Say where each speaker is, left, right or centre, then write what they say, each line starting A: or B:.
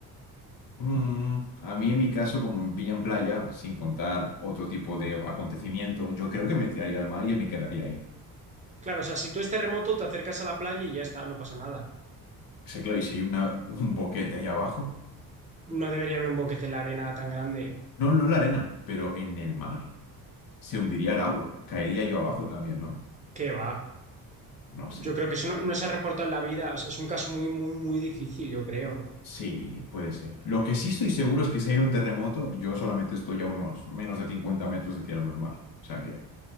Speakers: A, on the left; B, on the right.
A: Mm, a mí en mi caso, como me pillan playa, sin contar otro tipo de acontecimiento, yo creo que me tiraría al mar y me quedaría ahí.
B: Claro, o sea, si tú es terremoto, te acercas a la playa y ya está, no pasa nada.
A: Sé claro, y si hay una, un boquete ahí abajo,
B: no debería haber un boquete en la arena tan grande.
A: no, no en la arena, pero en el mar, se hundiría el agua, caería yo abajo también, ¿no?
B: ¿Qué va?
A: No
B: Yo
A: sé.
B: creo que eso no, no se ha reportado en la vida. O sea, es un caso muy, muy, muy difícil, yo creo.
A: Sí, puede ser. Lo que sí estoy seguro es que si hay un terremoto, yo solamente estoy a unos menos de 50 metros de tirarme al mar. O sea que